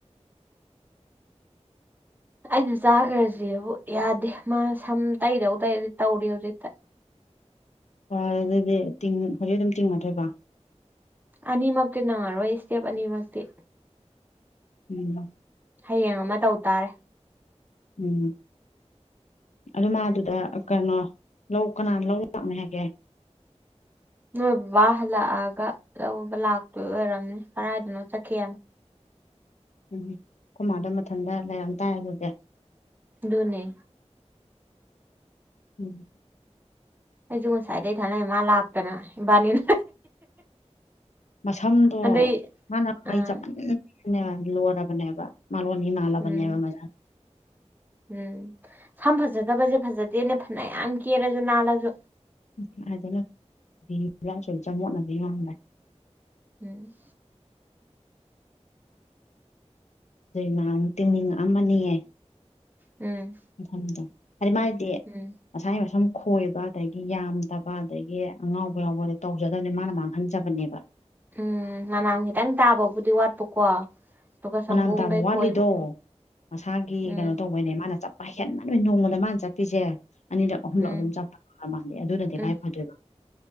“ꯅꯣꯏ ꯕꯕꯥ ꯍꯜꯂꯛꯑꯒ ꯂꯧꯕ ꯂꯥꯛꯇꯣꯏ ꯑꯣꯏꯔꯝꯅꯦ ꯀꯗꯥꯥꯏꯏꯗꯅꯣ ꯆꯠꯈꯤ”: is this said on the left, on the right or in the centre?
Right